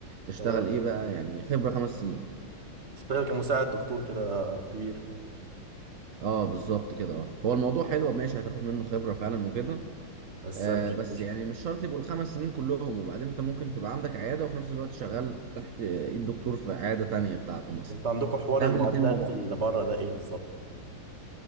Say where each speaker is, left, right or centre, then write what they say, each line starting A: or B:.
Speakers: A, on the right; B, on the right.
A: تشتغل
B: تمام
A: ايه بقى يعني خبرة خمس سنين
B: تشتغل كمساعد دكتور كده كبير
A: اه بالظبط كده اه هو الموضوع حلو ماشي هتاخد منه خبرة فعلا وكده
B: بس
A: آه
B: مش
A: بس
B: مش
A: يعني مش شرط يبقوا الخمس سنين كلهم وبعدين انت ممكن تبقى عندك عيادة وفي نفس الوقت شغال تحت ايد دكتور في عيادة تانية بتاعته مثلا
B: انتوا عندكم حوار
A: تعمل
B: المعادلات
A: الاتنين مع بعض
B: اللي بره ده ايه بالظبط